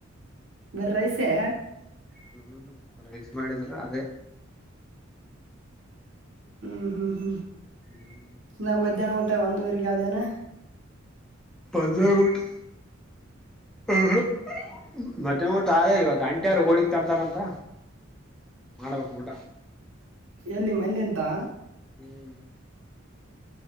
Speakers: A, on the right; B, in the centre.
A: ಬರ್ ರೈಸೇ....
B: ಹ್ಮ್ ರೈಸ್ ಮಾಡಿದ್ರ ಅದೇ
A: ಹ್ಮ್ ಹ್ಮ್ ಹ್ಮ್
B: ಹ್ಮ್ಮ
A: ನಾ ಮಧ್ಯಾಹ್ನ ಊಟ ಒಂದುವರೆಗ ಅದೇನೆ
B: ಪಾಜ <unintelligible> ಉಟ್ ಹ್ಮ್್ಮ <unintelligible> ಮದೆ ಒಟ್ಟು ಆದ ಇವತ್ತು ಅಂಟ್ಯಾರ ಹೋಳಿಗ್ ತರ್ತಾರ ಅಂತ ಮಾಡಬೇಕು ಊಟ
A: ಎಲ್ಲಿ ಮಂದೆಂತಾ
B: ಹ್ಮ್